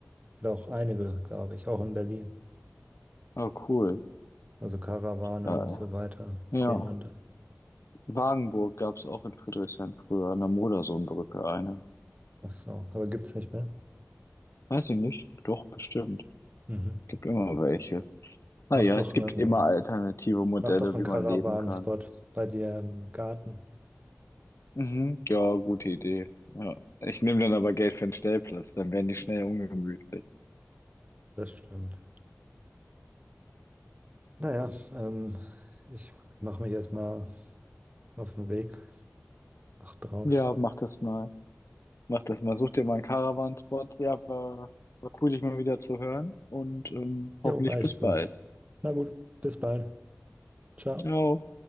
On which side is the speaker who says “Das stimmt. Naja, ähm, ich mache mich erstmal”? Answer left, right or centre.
Right